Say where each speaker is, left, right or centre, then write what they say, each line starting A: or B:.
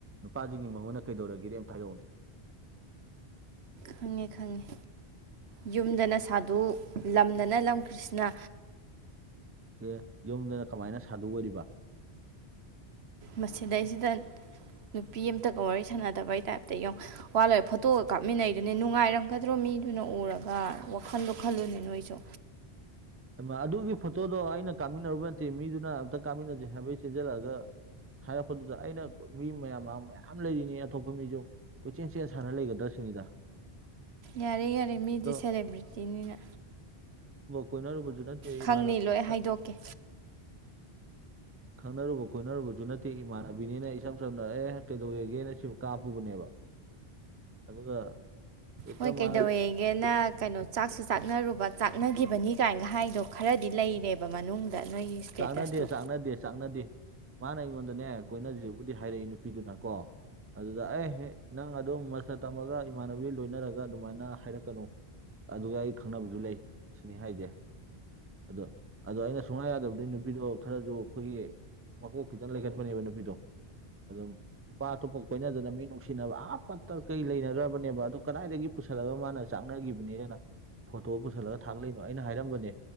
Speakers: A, on the right; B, on the right.
A: ꯅꯨꯄꯥꯁꯤꯡꯒꯤ ꯃꯉꯣꯟꯗ ꯀꯩꯗꯧꯔꯒꯦ ꯑꯝꯇ ꯍꯥꯏꯔꯛꯎꯅꯦ
B: ꯈꯪꯉꯦ ꯈꯪꯉꯦ ꯌꯨꯝꯗꯅ ꯁꯥꯗꯨ ꯂꯝꯗꯅ ꯂꯝ ꯀ꯭ꯔꯤꯁꯅ
A: ꯑꯦ ꯌꯨꯝꯗꯅ ꯀꯃꯥꯏꯅ ꯁꯥꯗꯨ ꯑꯣꯏꯔꯤꯕ
B: ꯃꯁꯤꯗꯩꯁꯤꯗ ꯅꯨꯄꯤ ꯑꯝꯇꯒ ꯋꯥꯔꯤ ꯁꯥꯟꯅꯗꯕꯩ ꯇꯥꯏꯞꯇ ꯌꯦꯡꯑꫭ ꯋꯥꯠꯂꯣꯏꯔꯦ ꯐꯣꯇꯣꯒ ꯀꯥꯞꯃꯤꯟꯅꯩꯗꯨꯅꯦ ꯅꯨꯡꯉꯥꯏꯔꯝꯒꯗ꯭ꯔꯣ ꯃꯤꯗꯨꯅ ꯎꯔꯒ ꯋꯥꯈꯜꯗꯣ ꯈꯜꯂꯨꯅꯦ ꯅꯣꯏꯁꯨ꯫
A: ꯍꯥꯏꯃꯥ ꯑꯗꯨꯒꯤ ꯐꯣꯇꯣꯗꯣ ꯑꯩꯅ ꯀꯥꯃꯤꯟꯅꯔꯨꯕ ꯅꯠꯇꯦ ꯃꯤꯗꯨꯅ ꯑꯝꯇ ꯀꯥꯃꯤꯟꯅꯁꯦ ꯍꯥꯏꯕꯒꯤ ꯆꯦꯟꯖꯤꯜꯂꯛꯑꯒ꯫ ꯍꯥꯏꯔꯛꯄꯗꯨꯗ ꯑꯩꯅ ꯃꯤ ꯃꯌꯥꯝ ꯃꯌꯥꯝ ꯂꯩꯔꯤꯅꯤ ꯑꯇꯣꯞꯄ ꯃꯤꯁꯨ ꯀꯣꯏꯆꯦꯟ ꯆꯦꯟ ꯁꯥꯟꯅ ꯂꯩꯒꯗ꯭ꯔ ꯁꯤꯅꯤꯗ꯫
B: ꯌꯥꯔꯦ ꯌꯥꯔꯦ ꯃꯤꯗꯤ
A: ꯑꯗꯣ
B: ꯁꯦꯂꯦꯕ꯭ꯔꯤꯇꯤꯅꯤꯅ꯫
A: ꯀꯣꯏꯅꯔꯨꯕꯗꯨ ꯅꯠꯇꯦ
B: ꯈꯪꯅꯤ
A: ꯏꯃꯥꯟꯅꯕꯤꯅ
B: ꯂꯣꯏ ꯍꯥꯏꯗꯣꯛꯀꯦ
A: ꯈꯪꯅꯔꯨꯕ ꯀꫭꯏꯅꯔꯨꯕꯁꯨ ꯅꯠꯇꯦ ꯏꯃꯥꯟꯅꯕꯤꯅꯤꯅ ꯏꯆꯝ ꯆꯝꯅ ꯑꯦ ꯀꯩꯗꯧꯋꯦꯒꯦꯅ ꯁꯤꯕꯨ ꯀꯥꯞꯄꯨꯕꯅꯦꯕ꯫ ꯑꯗꯨꯒ ꯍꯦꯛꯇ
B: ꯍꯣꯏ ꯀꯧꯗꯧꯋ‌ꯦ
A: ꯃꯥꯅ
B: ꯒꯦꯅ ꯀꯩꯅꯣ ꯆꯥꯛꯁꯨ ꯆꯥꯛꯅꯔꯨꯕ ꯆꯥꯛꯅꯈꯤꯕꯅꯤ ꯀꯥꯏꯅꯒ ꯍꯥꯏꯗꯣ ꯈꯔꯗꯤ ꯂꯩꯔꯦꯕ ꯃꯅꯨꯡꯗ ꯅꯣꯏꯒꯤ ꯏꯁꯇꯦꯇꯁꯇꯣ
A: ꯆꯥꯛꯅꯗꯦ ꯆꯥꯛꯅꯗꯦ ꯆꯥꯛꯅꯗꯦ ꯃꯥꯅ ꯑꯩꯉꯣꯟꯗꯅꯦ ꯀꯣꯏꯅꯁꯤꯕꯨꯗꯤ ꯍꯥꯏꯔꯛꯏ ꯅꯨꯄꯤꯗꯨꯅ ꯀꯣ ꯑꯗꯨꯗ ꯑꯩ ꯍꯦꯛ ꯅꯪ ꯑꯗꯨꯝ ꯃꯥꯁꯇꯔ ꯇꯝꯃꯒ ꯏꯃꯥꯟꯅꯕꯤ ꯂꯣꯏꯅꯔꯒ ꯑꯗꯨꯃꯥꯏꯅ ꯍꯥꯏꯔꯛꯀꯅꯨ ꯑꯗꯨꯒ ꯑꯩ ꯈꯪꯅꯕꯁꯨ ꯂꯩ ꯁꯤꯅꯤ ꯍꯥꯏꯁꯦ ꯑꯗꯣ ꯑꯗꯣ ꯑꯩꯅ ꯁꯨꯡꯌꯥꯥ ꯌꯥꯗꯕ ꯑꯗꯩ ꯅꯨꯄꯤꯗꯣ ꯈꯔꯁꯨ ꯑꯩꯈꯣꯏꯒꯤ ꯃꯀꯣꯛ ꯈꯤꯇꯪ ꯂꯩꯈꯠꯄꯅꯦꯕ ꯅꯨꯄꯤꯗꯣ ꯑꯗꯨꯝ ꯅꯤꯄꯥ ꯑꯇꯣꯞꯄ ꯀꯣꯏꯅꯗꯅ ꯃꯤ ꯅꯨꯡꯁꯤꯅꯕ ꯑꯥ ꯄꯠ ꯇꯠꯈꯩ ꯂꯩꯅꯈ꯭ꯔꯕꯅꯦꯕ ꯑꯗꯨ ꯀꯗꯥꯏꯗꯒꯤ ꯄꯨꯁꯜꯂꯒ ꯃꯥꯅ ꯆꯥꯛꯅꯈꯤꯕꯅꯦꯗꯅ꯫ ꯐꯣꯇꯣ ꯄꯨꯁꯜꯂꯒ ꯊꯥꯒꯠꯂꯛꯏꯅꯣ ꯑꯩꯅ ꯍꯥꯏꯔꯝꯕꯅꯦ